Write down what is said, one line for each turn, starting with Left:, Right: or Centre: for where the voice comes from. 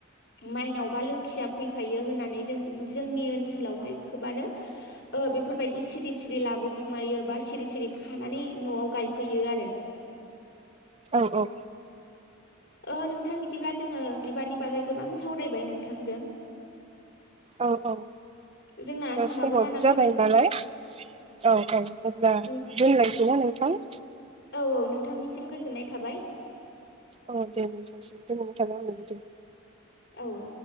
Left: माइनाव बा लोखिया फैफायो होननानै जों जोंनि ओनसोलावहाय खोबानो ओ बेफोरबायदि सिरि सिरि लाबोखुमायो बा सिरि सिरि खानानै न'आव गायफैयो आरो।
Right: औ औ।
Left: ओ नोंथां बिदिब्ला जोङो बिबारनि बागै गोबां सावरायबाय नोंथांजों
Right: औ औ
Left: जोंना
Right: समाबो
Left: जाना
Right: जाबाय
Left: फैबाय
Right: नालाय औ औ अब्ला दोनलायसै
Left: नों
Right: ना नोंथां?
Left: औ औ नोंथांनिसिम गोजोननाय थाबाय।
Right: औ दे नोथांसिम गोजोननाय थाबाय दे।
Left: औ औ